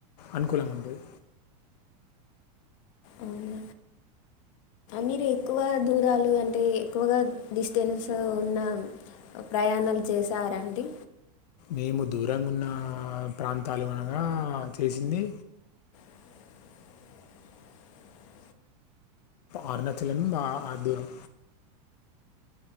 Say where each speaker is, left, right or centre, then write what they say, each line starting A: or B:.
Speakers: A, on the left; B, on the left.
A: అనుకూలంగా ఉండది
B: అవునూ మీరు ఎక్కువ దూరాలు అంటే ఎక్కువగా డిస్టెన్స్ ఉన్న ప్రయాణాలు చేసారండి
A: మేము దూరంగా ఉన్న ప్రాంతాలు అనగా చేసింది
B: <inaudible>
A: అరుణాచలం బ ఆ దూరం